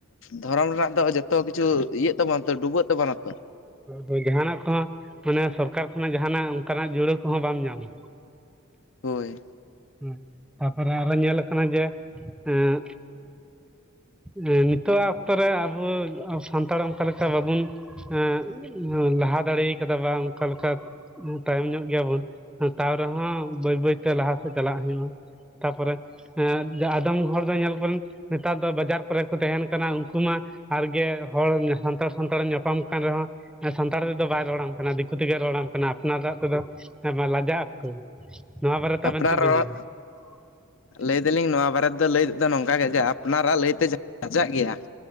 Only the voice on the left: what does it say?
ᱫᱷᱚᱨᱚᱢ ᱨᱮᱱᱟᱜ ᱫᱚ ᱡᱚᱛᱚ ᱠᱤᱪᱷᱩ ᱤᱭᱟᱹᱜ ᱛᱟᱵᱚᱱᱟ ᱛᱚ, ᱰᱩᱵᱟᱹᱜ ᱛᱟᱵᱚᱱᱟ ᱛᱚ ᱾
ᱦᱳᱭ ᱾
ᱟᱯᱱᱟᱨ ᱨᱚᱲ
ᱞᱟᱹᱭ ᱮᱫᱟᱞᱤᱧ ᱱᱚᱣᱟ ᱵᱟᱨᱮ ᱫᱚ ᱞᱟᱹᱭ ᱛᱮᱫᱚ ᱱᱚᱝᱠᱟ ᱜᱮ ᱡᱮ ᱟᱯᱱᱟᱨᱟᱜ ᱞᱟᱹᱭᱛᱮ ᱞᱟᱡᱟᱜ ᱜᱮᱭᱟ ᱾